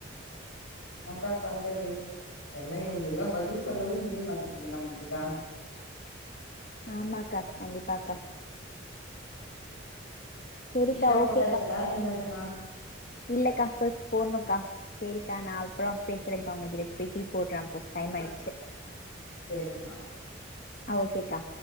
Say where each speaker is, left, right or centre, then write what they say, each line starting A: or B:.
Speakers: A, on the left (about 85°); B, on the left (about 45°).
A: என்னத்த பண்றது எல்லா இவங்க எல்லா பதில் சொல்லவே முடிய மாட்டேங்குது நம்ளுக்கு தா
B: ஆமாக்கா கண்டிப்பாக்கா செரிக்கா
A: டீலா
B: ஓகேக்கா
A: போட்டாச்சாடா இனிமேல் தானா
B: இல்லக்கா போய் போட்ணுக்கா சேரிக்கா நா அப்றோ பேசுறன்க்கா உங்க கிட்ட போய் டீ போட்ற அப்போ டைம் டைம் ஆய்ச்சு
A: சேரிமா
B: ஆ ஓகேக்கா